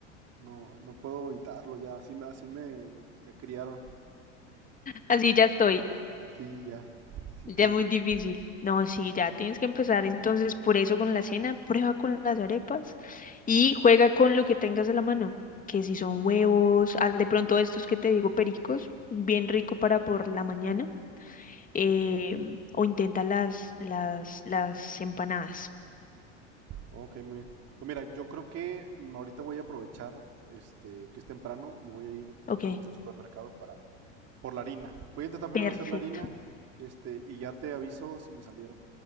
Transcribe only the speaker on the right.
no, no puedo evitarlo ya. Así, me- así me, me criaron.
Sí, ya. Sí,
qué difícil.
Ok, muy bien. Pues mira, yo creo que mm, ahorita voy a aprovechar este que es temprano y voy a ir directamente
al supermercado para por la harina. Voy a intentar primero
hacer la harina, este, y ya te aviso si me salieron.